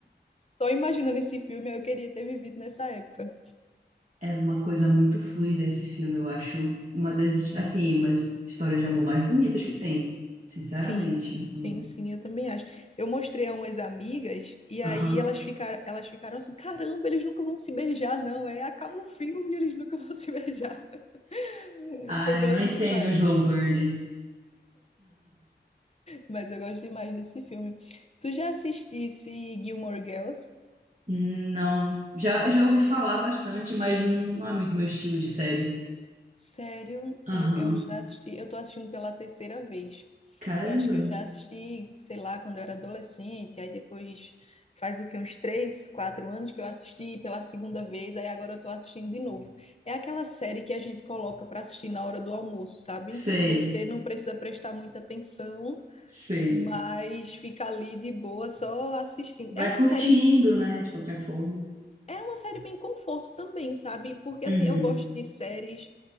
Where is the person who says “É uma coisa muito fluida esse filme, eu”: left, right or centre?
Right